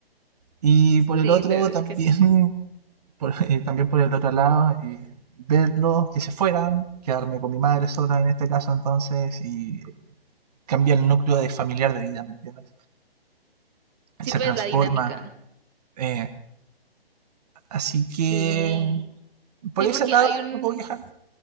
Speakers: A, on the right; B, on the right.
A: Y por el
B: Sí,
A: otro
B: la verdad
A: también,
B: es que sí.
A: <laughs> por, eh, también por el otro lado, eh, verlos que se fueran, quedarme con mi madre sola en este caso entonces y cambia el núcleo de familiar de vida, ¿me entiendes?
B: Sí,
A: Se
B: pues
A: transforma,
B: la dinámica.
A: eh, Así que
B: Sí.
A: por
B: Sí,
A: ese
B: porque
A: lado
B: hay un,
A: no puedo quejarme.